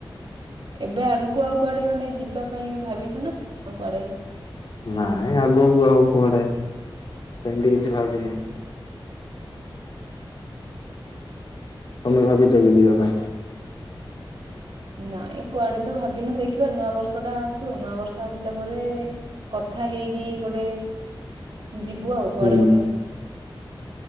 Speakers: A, on the right; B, on the left.
A: ଏବେ ଆଗୁକୁ ଆଉ କୁଆଡେ ମାନେ ଯିବା ପାଇଁ ଭାବିଛ ନା କ କୁଆଡେ?
B: ନାଇଁ ଆଗୁକୁ ଆଉ କୁଆଡେ ସେମିତି କିଛି ଭାବିନୁ। ତମେ ଭାବିଛ କି ଯିବା ପାଇଁ?
A: ନାଇଁ କୁଆଡେ ତ ଭାବିନୁ ଦେଖିବା ନୂଆ ବର୍ଷ ଟା ଆସୁ। ନୂଆ ବର୍ଷ ଆସିଲା ପରେ କଥା ହେଇ କି ଗୋଟେ ଯିବୁ ଆଉ କୁଆଡେ
B: ହୁଁ
A: ଗୋଟେ।